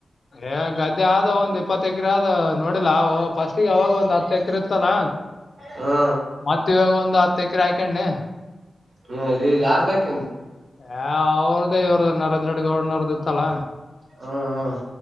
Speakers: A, on the left (about 50°); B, on the right (about 60°).
A: ಏ ಗದ್ದೆ ಆದ ಒಂದ್ ಇಪ್ಪತ್ತು ಎಕರೆ ಆದ ನೋಡಿಲ್ಲ ಫಸ್ಟಿಗೆ ಅವಾಗ ಒಂದ್ ಹತ್ತು ಎಕರೆ ಇತ್ತತಲ್ಲ
B: ಹ್ಮ
A: ಮತ್ತ ಇವಾಗ ಒಂದು ಹತ್ತ ಎಕರೆ ಹಾಕಣ್ಣಿ
B: ಹ್ಮ ಇಲ್ಲಿ ಯಾರದಕ
A: ಹ ಅವ್ರದೇ ಇವ್ರದ ನರೇಂದ್ರ ರಡ್ ಗೌಡನವ್ರದ್ದ ಇತ್ತಲ್ಲ
B: ಹಾ ಹ